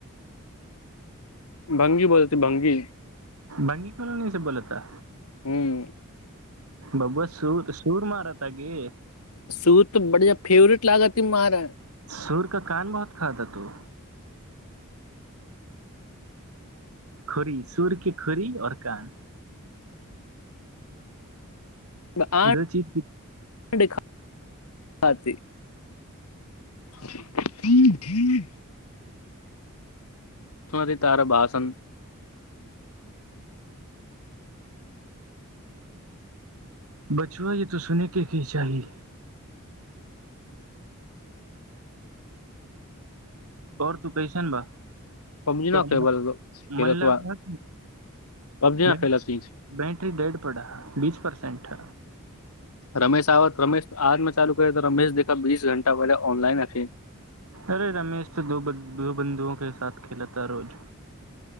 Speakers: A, on the left (about 80°); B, on the right (about 80°).
A: भंगी बोलत भंगी
B: भंगी कोन ऐंगल से बोल ता
A: ह्म
B: बबुआ सूर सूर मारता तागी
A: सूट तऽ बढि़या ज फेवरेट लागा तीमारा
B: सुर का कान बहुत खादा तू खुरी सुरके खड़ी आओर कान
A: अहाँ
B: दो चीज की
A: के हाथी थि थि तार बासन
B: बचुआ ये तो सुनेके की चाही आओर तू कैसन बा
A: पबजी ना
B: त
A: खेबल खेलत
B: मन लग
A: बा
B: रहा
A: पबजी ना
B: ने
A: खेलती
B: बैटरी डड पा बीस परसेंट
A: रमेश आबत रमेश आजमे चालू करैऽ रमेश देखा बीस घंटा पहिले ऑनलाइन अछि
B: अरे रमेश तो दो बंधुओं के साथ खेलता रोज